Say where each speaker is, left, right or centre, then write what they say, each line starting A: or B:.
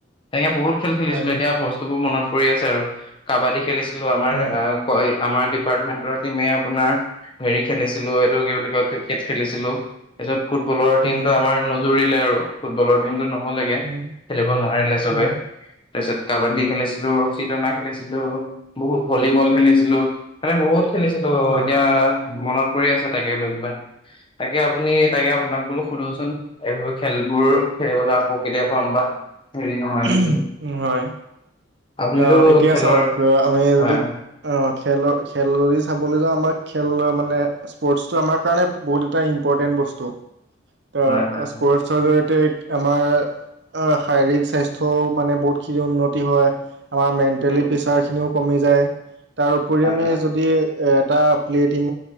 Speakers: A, on the left (about 25°); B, on the right (about 60°).
A: তেনেকে বহুত খেল খেলিছিলো
B: হয়
A: এতিয়া বস্তুবোৰ মনত পৰি আছে আৰু কাবাডী খেলিছিলো। আমাৰ
B: হয়
A: এই কয় আমাৰ ডিপাৰ্টমেন্টৰ টিমে আপোনাৰ হেৰি খেলিছিলো। এইটো কি বুলি কয়? ক্ৰিকেট খেলিছিলো তাৰপিছত ফুটবলৰ টিমটো
B: উম
A: আমাৰ নুজুৰিলে আৰু ফুটবলৰ টিমটো নহ'লে খেলিব
B: উম
A: নোৱাৰিলে চবে।
B: হয়
A: তাৰ পিছত কাবাডী খেলিছিলো। ৰচী টনা খেলিছিলো বহুত ভলীবল খেলিছিলো। মানে বহুত খেলিছিলো
B: হয়
A: এতিয়া মনত পৰি আছে তাকে লৈ পেলাই তাকে আপুনি তাকে আপোনাক বোলো সুধোচোন এইবোৰ খেলবোৰ খেলিবলৈ আকৌ কেতিয়াব পাম বা। হেৰি নহয়
B: ওহু
A: নেকি
B: হয়।
A: আপুনিতো
B: অঁ এতিয়া
A: খেলৰ
B: চাওঁক আমি
A: হয়
B: যদি আহ খেলৰ খেল বুলি চাব। 'বলৈ যাওঁ আমাৰ খেল মানে স্পৰ্টচটো আমাৰ কাৰণে বহুত এটা ইম্পৰ্টেণ্ট বস্তু্ স্পৰ্টছৰ
A: হয় হয় হয়
B: জৰিয়তে আমাৰ শাৰীৰিক স্বাস্থ্যকৰ। মানে বহুতখিনি উন্নতি হয় আমাৰ মেন্টেলি
A: উম উম,
B: প্ৰেচাৰ খিনিও কমি যায়। তাৰপৰি
A: হয়
B: আমি
A: হয়
B: যদি এ। এটা প্লে টিম